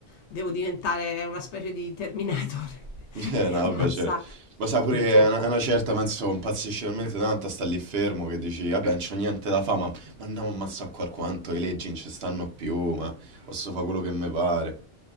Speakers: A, on the left; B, on the right.
A: devo diventare una specie di Terminator <laughs>
B: <laughs> Eh, no,
A: e ammazzare
B: vabbè, certo. Ma sa pure,
A: per
B: è
A: forza.
B: una, è una certa, penso, impazzisce talmente tanto, sta lì fermo che dici, vabbè, non c'ho niente da fa, ma, ma andiamo a ammazzare qua quanto, le leggi non ci stanno più, ma posso fare quello che mi pare.